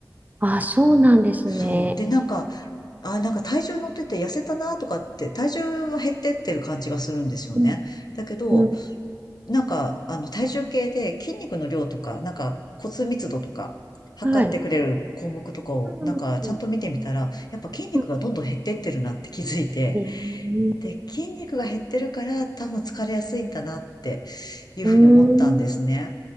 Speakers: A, on the right (about 20°); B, on the left (about 65°).
A: あ、そうなんですね。
B: そう。で、なんか、あ、なんか体重乗ってて痩せたなとかって、体重は減ってってる感じがするんですよね。
A: うん、
B: だけど、
A: うん、
B: なんか、あの、体重計で筋肉の量とか、なんか骨密度とか、測ってくれる項目とかを、
A: はい。うん、
B: なんか、ちゃんと見てみたら、
A: うん、
B: やっぱ筋肉がどんどん減ってってるなって気づいて、
A: うん。えー
B: で、筋肉が減ってるから、多分疲れやすいんだなっていうふうに思ったんですね。
A: うーん、